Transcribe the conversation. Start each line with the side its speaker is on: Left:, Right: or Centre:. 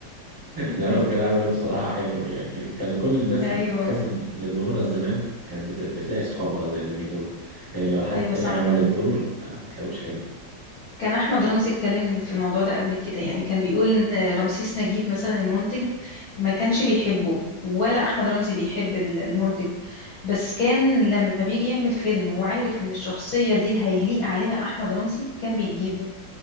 Left: <laughs>
Right: لا وكان عامل ايه بصراحة حلو يعني كان كل الناس
Left: ايوه
Right: تحس إن اللي ظهورها زمان كانت بت- بتلاقي صحابها زي ما بيقول يعني لو حد
Left: ايوه
Right: تاني
Left: صح
Right: عمل الدور آه، ما تلاقوش حلو
Left: كان احمد رمزي اتكلم في الموضوع ده قبل كده يعني كان بيقول ان رمسيس نجيب مثلا المنتج ما كانش بيحبه ولا احمد رمزي بيحب ال- المنتج بس كان لما بيجي يعمل فيلم وعارف ان الشخصية دي هيليق عليها احمد رمزي كان بيجيبه